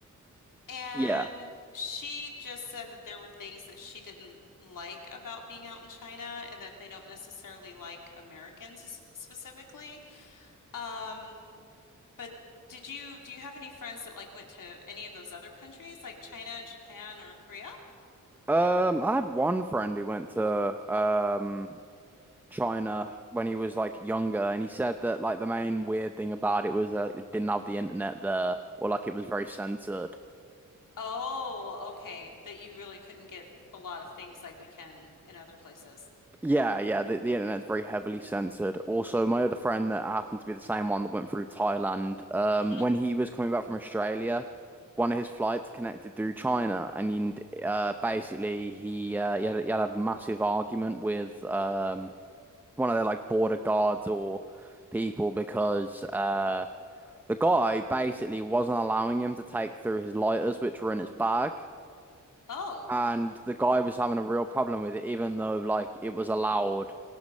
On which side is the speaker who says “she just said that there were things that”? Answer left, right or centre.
Left